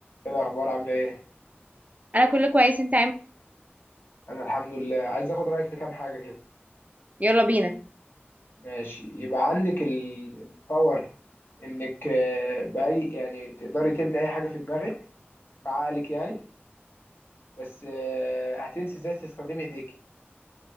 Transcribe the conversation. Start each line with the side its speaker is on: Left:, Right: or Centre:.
Left: ايه الاخبار عامله ايه
Right: انا كله كويس انت عامل
Left: انا الحمد لله عايز اخد رايك في كام حاجه كده
Right: إيه؟ يلا بينا
Left: ماشي يبقى عندك ال- الباور انك آه، باي يعني تقدري تبني اي حاجه في دماغك في عقلك يعني بس آه، هتنسي ازاي تستخدمي ايديكي